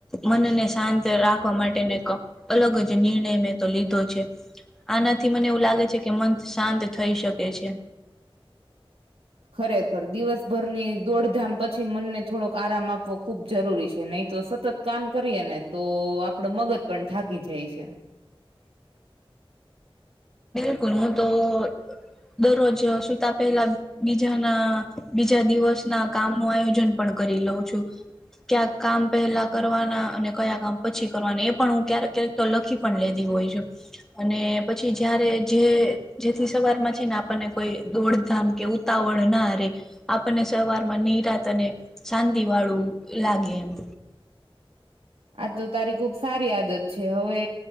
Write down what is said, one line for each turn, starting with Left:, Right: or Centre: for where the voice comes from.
Centre: મનને શાંત રાખવા માટેને <unintelligible> અલગ જ નિર્ણય મેં તો લીધો છે. આનાથી મને એવું લાગે છે કે મન શાંત થઈ શકે છે.
Right: ખરેખર દિવસ ભરની દોડધામ પછી મનને થોડોક આરામ આપવો ખૂબ જરૂરી છે નહી તો સતત કામ કરીએ ને તો આપડો મગજ પણ થાકી જાય. છે.
Centre: <unintelligible> તો દરરોજ સૂતા પહેલા, બીજાના બીજા દિવસ ના કામ નું આયોજન પણ કરી લઉં છું. ક્યાં કામ પહેલા કરવાના અને કયા કામ પછી કરવાના એ પણ હું ક્યારેક કક તો લખી પણ લેધી હોય છુ. અને પછી જયારે જે જેથી સવારમાં છે ને આપણને કોઈ દોડધામ કે, એવું તાવલ ના રે, આપણને સવારમાં નિરાત અને શાંતિ વાળું લાગે એમ,
Right: આ તો તારી ખુબ સારી આદત છે હવે